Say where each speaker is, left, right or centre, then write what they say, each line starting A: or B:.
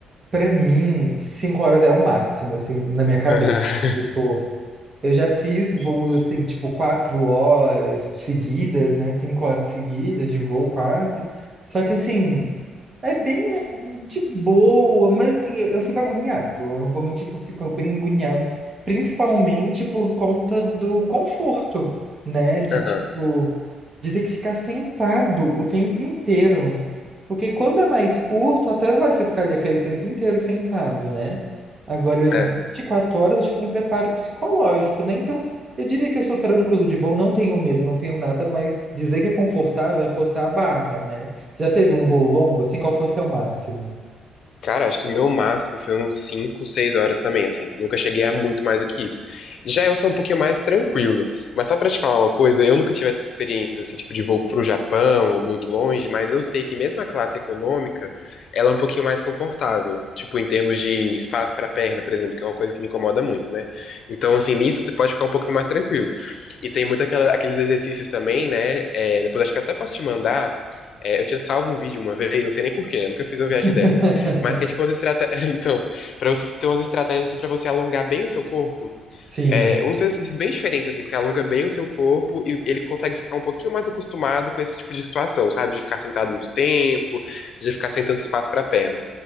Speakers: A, on the right; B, on the left.
A: para mim cinco horas é o máximo, assim, na minha cabeça.
B: Aham,
A: Tipo, Eu já fiz voos assim, tipo, quatro horas seguidas, né? Cinco horas seguidas de voo quase. Só que assim, é bem né, de boa, mas assim, eu, eu fico agoniado. Eu não vou mentir que eu fico bem agoniado, principalmente por conta do conforto, né? De
B: <laughs> aham,
A: tipo, de ter que ficar sentado o tempo inteiro. Porque quando é mais curto, até vai você ficar ali aquele tempo inteiro sentado, né? Agora, 24
B: É.
A: horas é tipo um preparo psicológico, né? Então, eu diria que eu sou tranquilo de voo, não tenho medo, não tenho nada, mas dizer que é confortável é forçar a barra, né? Já teve um voo longo, assim, qual foi o seu máximo?
B: Cara, acho que o meu máximo foi uns 5, 6 horas também, assim. Nunca cheguei a muito mais do que isso. Já eu sou um pouquinho mais tranquilo. Mas só pra te falar uma coisa, eu nunca tive essas experiências, assim, tipo de voo pro Japão ou muito longe, mas eu sei que mesmo a classe econômica, ela é um pouquinho mais confortável. Tipo, em termos de espaço pra perna, por exemplo, que é uma coisa que me incomoda muito, né? Então, assim, nisso você pode ficar um pouco mais tranquilo. E tem muito aquela- aqueles exercícios também, né? É, depois acho que eu até posso te mandar. É, eu tinha salvo um vídeo uma vez, não sei nem porquê, né? Nunca fiz uma
A: <laughs>
B: viagem dessa. Mas que é tipo umas estratégias. <laughs> Então, pra você ter umas estratégias assim, pra você alongar bem o seu corpo.
A: Sim.
B: É, uns exercícios bem diferentes, assim, que você alonga bem o seu corpo e ele consegue ficar um pouquinho mais acostumado com esse tipo de situação, sabe? De ficar sentado muito tempo, de ficar sem tanto espaço pra perna.